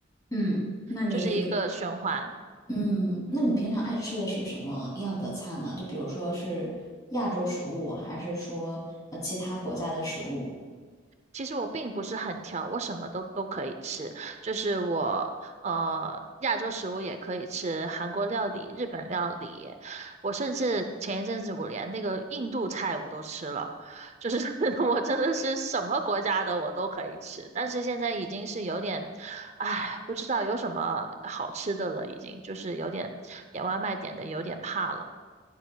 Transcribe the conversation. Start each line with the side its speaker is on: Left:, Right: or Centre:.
Left: 嗯，那你有，
Right: 就是一个循环。
Left: 嗯，那你平常爱吃的是什么样的菜呢？就比如说是亚洲食物，还是说呃其他国家的食物？
Right: 其实我并不是很挑，我什么都都可以吃，就是我呃亚洲食物也可以吃，韩国料理、日本料理，我甚至前一阵子我连那个印度菜我都吃了，就是 <laughs> 我真的是什么国家的我都可以吃，但是现在已经是有点，唉，不知道有什么好吃的了，已经就是有点点外卖点的有点怕了。